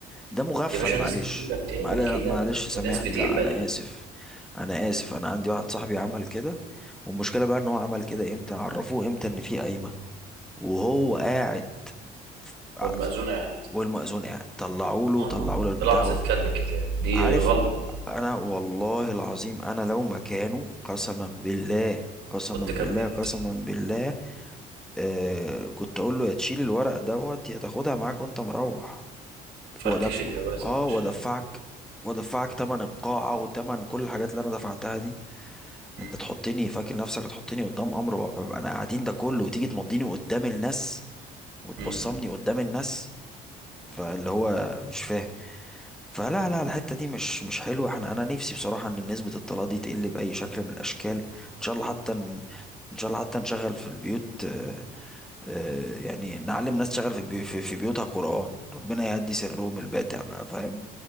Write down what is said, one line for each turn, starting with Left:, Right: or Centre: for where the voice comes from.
Centre: ده مغفل
Right: يا باشا
Centre: معلش
Right: ناس كتيرة بتعمل
Centre: معل-
Right: كده
Centre: معلش سامحني
Right: وناس بتقبل
Centre: لا انا اسف انا اسف انا عندي واحد صاحبي عمل كده والمشكله بقى ان هو عمل كده امتى عرفوه امتى ان في قايمه وهو قاعد ف- ع-
Right: والمأذون
Centre: ف-
Right: قاعد
Centre: والمأذون قاعد طلعوا له
Right: اه
Centre: طلعوا له
Right: في
Centre: البتاع
Right: لحظة
Centre: وت-
Right: كتب الكتاب دي
Centre: عارف
Right: غلطة
Centre: انا والله العظيم انا لو مكانه قسما بالله قسما
Right: كنت
Centre: بالله
Right: كملت
Centre: قسما بالله آه كنت اقول له يا تشيل الورق دوت يا تاخدها معاك وانت مروح
Right: فركش
Centre: ودف
Right: الجواز
Centre: اه
Right: يا باشا
Centre: وادفعك وادفعك تمن القاعة وتمن كل الحاجات اللي انا دفعتها دي
Right: مم.
Centre: انت تحطني فاكر نفسك هتحطني قدام امر واقع. انا قاعدين ده كله وتيجي تمضيني قدام الناس وتبصمني
Right: مم.
Centre: قدام الناس فاللي هو مش فاهم فلا لا الحتة دي مش مش حلوة احنا انا نفسي بصراحة ان نسبة الطلاق دي تقل بأي شكل من الاشكال ان شاء الله حتى ن- ان شاء الله حتى نشغل في البيوت آه، آه، يعني نعلم ناس تشغل في بيو- في في بيوتها قرآن ربنا يهدي سرهم الباتع بقى فاهم